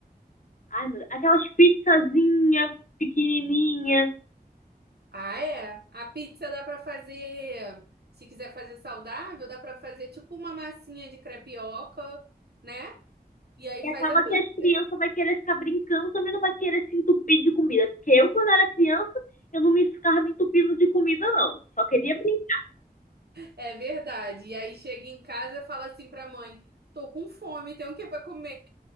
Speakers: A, on the left; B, on the right.
A: ai, meu, aquelas pizzazinha pequenininha.
B: Ah, é. A pizza dá pra fazer, se quiser fazer saudável, dá pra fazer tipo uma massinha de crepioca, né? E aí
A: E
B: faz
A: acaba
B: a pizza.
A: que as crianças vai querer ficar brincando, também não vai querer se entupir de comida. Porque eu, quando era criança, eu não me ficava me entupindo de comida, não. Só queria brincar.
B: É verdade. E aí chega em casa e fala assim pra mãe: "Tô com fome, tem o que pra comer?"